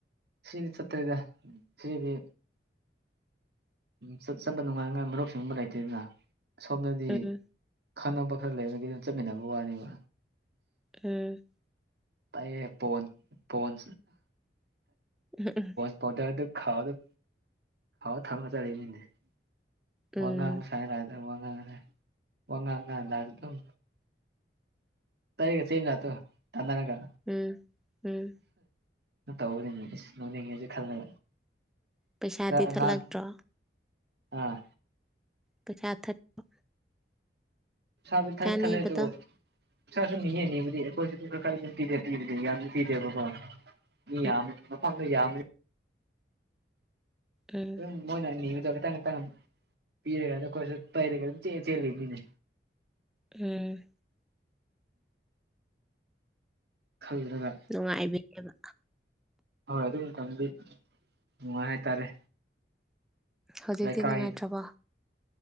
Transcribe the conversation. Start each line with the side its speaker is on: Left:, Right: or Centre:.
Right: ꯁꯤꯔꯤꯗꯤ ꯆꯠꯇꯔꯦꯗ ꯁꯤꯔꯤꯗꯤ ꯆꯠꯄ ꯅꯨꯡꯉꯥꯏꯅꯉꯥꯏ ꯃꯔꯨꯞꯁꯤꯡꯒꯨꯝꯕ ꯂꯩꯇꯦꯗꯅ ꯁꯣꯝꯗꯗꯤ
Centre: ꯎꯝ
Right: ꯈꯪꯅꯕ ꯈꯔ ꯂꯩꯕꯒꯤ ꯑꯗꯨ ꯆꯠꯃꯤꯟꯅꯕ ꯋꯥꯅꯦꯕ
Centre: ꯎꯝ
Right: ꯕꯥꯢꯌꯦ ꯕꯣꯜ ꯕꯣꯜ
Centre: ꯎꯝ ꯎꯝ
Right: ꯄꯥꯎꯗꯔ ꯗꯣ ꯈꯥꯎꯗ ꯊꯥꯝꯃ ꯆꯠꯂꯤꯅꯦ
Centre: ꯎꯝ
Right: ꯋꯥꯉꯥꯡ ꯃ ꯁꯥꯏ ꯂꯥꯛ ꯋꯥꯉꯥꯡꯁꯦ ꯋꯥ ꯉꯥꯡꯒꯥꯡ <inaudible> ꯂꯗ ꯑꯗꯨꯝ ꯇꯔꯀ ꯁꯦꯝꯣ ꯆꯥꯟꯅꯅ ꯀ
Centre: ꯎꯝ ꯎꯝ
Right: ꯇꯧꯕꯅꯤꯅꯦ ꯏꯁ ꯅꯧꯅꯤꯡꯉꯦꯁꯨ ꯈꯜꯂꯦ
Centre: ꯄꯩꯁꯥꯗꯤ
Right: ꯀ
Centre: ꯊꯠꯂꯛꯇ꯭ꯔꯣ
Right: ꯅꯥꯟ ꯑꯥ
Centre: ꯄꯩꯁꯥ ꯊꯠꯄ
Right: ꯁ ꯊꯦ ꯊꯂꯦ
Centre: ꯅꯤꯕꯗꯣ
Right: ꯑꯗꯨ ꯄꯥꯁꯨ ꯌꯦ ꯅꯤꯕꯨꯗꯤ ꯑꯩꯈꯣꯏꯁꯨ ꯑꯗꯨꯝ ꯈꯔ ꯈꯔ ꯑꯗꯨꯝ ꯄꯤꯗꯦ ꯄꯤꯕꯗꯤ ꯌꯥꯝ ꯄꯤꯗꯦꯕꯀꯣ ꯃꯤ ꯌꯥꯝꯕ
Centre: ꯎꯝ
Right: ꯃꯐꯝꯗ ꯌꯥꯝꯕ
Centre: ꯎꯝ
Right: ꯑꯗꯨꯝ ꯃꯣꯏꯅ ꯅꯤꯕꯗꯣ ꯈꯤꯇꯪꯅ ꯇꯅ ꯄꯤꯔꯒ ꯈꯠ ꯄꯩꯔꯒ ꯑꯗꯨꯝ ꯆꯦꯜꯂꯤ ꯃꯤꯅꯦ
Centre: ꯎꯝ
Right: ꯈꯜꯂꯒ
Centre: ꯅꯨꯡꯉꯥꯏꯕꯅꯦꯕ
Right: ꯍꯣꯏ ꯑꯗꯨ ꯃꯇꯝꯗꯤ ꯅꯨꯡꯉꯥꯏ ꯍꯥꯏꯇꯥꯔꯦ
Centre: ꯍꯧꯖꯤꯛꯇꯤ
Right: ꯂꯩꯀꯥꯏ
Centre: ꯅꯨꯡꯉꯥꯏꯇ꯭ꯔꯕꯣ